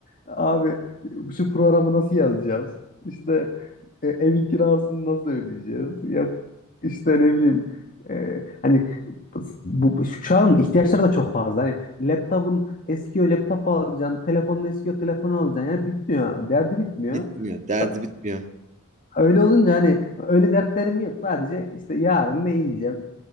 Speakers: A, on the left (about 40°); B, on the right (about 35°).
A: abi şu programı nasıl yazacağız? İşte e, evin kirasını nasıl ödeyeceğiz? Yok işte ne bileyim e, hani bu, bu- şu an ihtiyaçlar da çok fazla. Hani laptopun eskiyor laptop alacaksın. Telefonun eskiyor telefonu alacaksın. Yani bitmiyor. Derdi bitmiyor.
B: Bitmiyor, derdi
A: Sa-
B: bitmiyor.
A: Öyle olunca hani öyle dertlerim yok. Sadece işte yarın ne yiyeceğim?